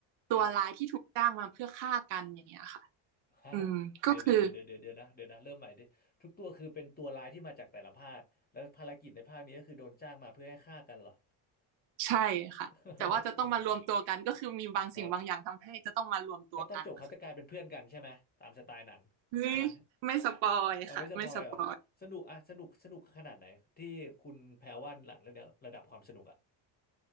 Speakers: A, on the left; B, on the right.
A: ครับ
B: ตัวร้ายที่ถูกจ้างมาเพื่อฆ่ากันอย่างเงี้ยค่ะ
A: <laughs> ฮะ
B: อืมก็คือ
A: เดี๋ยวเดี๋ยวเดี๋ยวเดี๋ยวเดี๋ยวเดี๋ยวนะเดี๋ยวนะเริ่มใหม่ดิทุกตัวคือเป็นตัวร้ายที่มาจากแต่ละภาคแล้วภารกิจในภาคนี้ก็คือโดนจ้างมาเพื่อให้ฆ่ากันเหรอ
B: ใช่ค่ะแต่ว่าจะต้องมารวมตัวกันก็คือมีบางสิ่งบางอย่างทำให้จะต้องมารวมตัวกันนะคะ
A: <laughs> เออปวดหัวครับแล้วตอนจบเขาจะกลายเป็นเพื่อนกันใช่ไหมตามสไตล์หนังพลัง
B: เฮ้ยไม่สปอยค่ะไม่สปอย
A: เอาไม่สปอยเหรอสนุกอะสนุกสนุกขนาดไหนที่คุณแพรว่าหลังเรื่องเนี้ยระดับความสนุกอะ